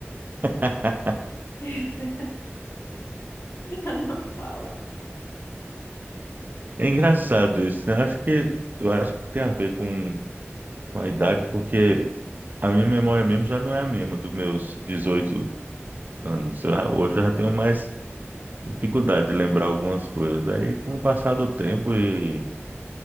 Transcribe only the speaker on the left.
<laughs> Ela não fala.